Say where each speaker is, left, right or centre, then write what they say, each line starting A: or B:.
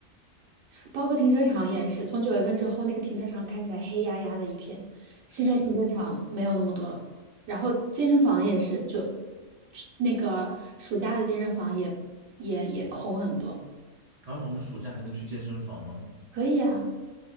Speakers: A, on the right; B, on the right.
A: 包括停车场也是，从九月份之后，那个停车场看起来黑压压的一片，
B: 是，
A: 现在停车场没有那么多，然后健身房也是，就那个暑假的健身房也也也空很多。
B: 然后我们暑假还能去健身房吗？
A: 可以啊，